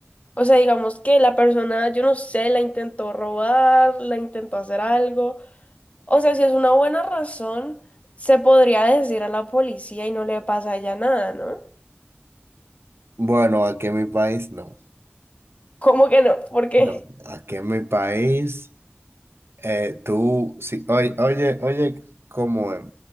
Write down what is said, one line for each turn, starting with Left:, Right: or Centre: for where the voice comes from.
Left: o sea, digamos que la persona, yo no sé, la intentó robar, la intentó hacer algo. O sea, si es una buena razón, se podría decir a la policía y no le pasa a ella nada, ¿no?
Right: Bueno, aquí en mi país no.
Left: ¿Cómo que no? ¿Por qué?
Right: No, aquí en mi país, eh, tú, si, oye, oye, oye, ¿cómo es?